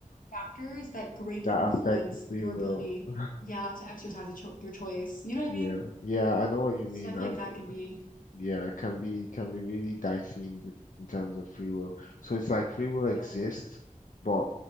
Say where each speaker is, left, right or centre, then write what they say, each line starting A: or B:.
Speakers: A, on the left; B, on the left.
A: factors that greatly
B: that
A: influence
B: affects free
A: your
B: will.
A: ability,
B: <laughs>
A: yeah, to exercise a cho your choice. You know what
B: Yeah,
A: I mean?
B: yeah, I know what you
A: So
B: mean,
A: I feel
B: and
A: like that can be
B: yeah, it can be can be really dicey in the, in terms of free will. So it's like free will exists,
A: Yeah,
B: but